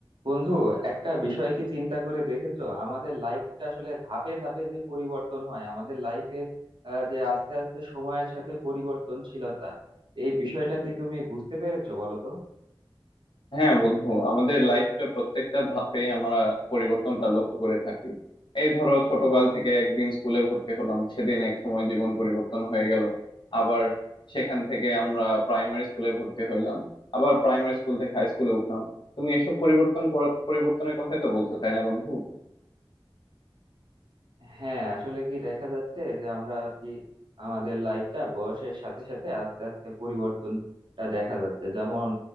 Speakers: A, on the right (about 60°); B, on the left (about 60°).
A: বন্ধু একটা বিষয় কি চিন্তা করে দেখেছো আমাদের লাইফটা আসলে ধাপে ধাপে যে পরিবর্তন হয় আমাদের লাইফের যে আস্তে আস্তে সময়ের সাথে পরিবর্তনশীলতা এই বিষয়টা কি তুমি বুঝতে পেরেছো বলো তো
B: হ্যাঁ বন্ধু আমাদের লাইফটা প্রত্যেকটা ধাপে আমরা পরিবর্তনটা লক্ষ্য করে থাকি এই ধরো ছোটকাল থেকে একদিন স্কুলে ভর্তি হলাম সেদিন এক সময় জীবন পরিবর্তন হয়ে গেল আবার সেখান থেকে আমরা প্রাইমারি স্কুলে ভর্তি হইলাম আবার প্রাইমারি স্কুল থেকে হাই স্কুলে উঠলাম তুমি এসব পরিবর্তন কর- পরিবর্তনের কথাই তো বলছো তাই না বন্ধু
A: হ্যাঁ আসলে কি দেখা যাচ্ছে যে আমরা আর কি আমাদের লাইফটা বয়সের সাথে সাথে আস্তে আস্তে পরিবর্তনটা দেখা যাচ্ছে যেমন